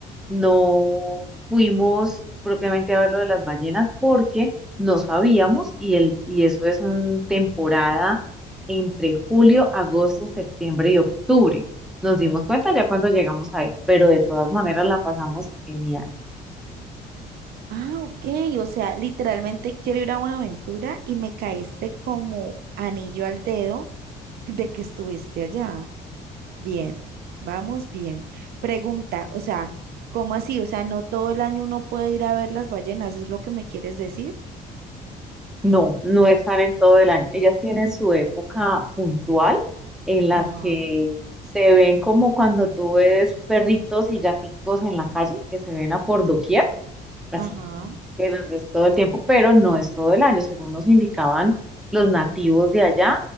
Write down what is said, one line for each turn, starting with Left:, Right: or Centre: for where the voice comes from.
Centre: no fuimos propiamente a ver lo de las ballenas porque no sabíamos y, el, y eso es una temporada entre julio, agosto, septiembre y octubre. Nos dimos cuenta ya cuando llegamos allá, pero de todas maneras la pasamos genial.
Right: Ah, ok, o sea, literalmente quiero ir a Buenaventura y me caíste como anillo al dedo de que estuviste allá. Bien, vamos bien. Pregunta, o sea, ¿cómo así? O sea, no todo el año uno puede ir a ver las ballenas, ¿es lo que me quieres decir?
Centre: No, no están en todo el año. Ellas tienen su época puntual en la
Right: Ajá,
Centre: que se ven como cuando tú ves perritos y gaticos en la calle, que se ven a por doquier, así,
Right: ajá.
Centre: que las ves todo el tiempo, pero no es todo el año. Según nos indicaban los nativos de allá,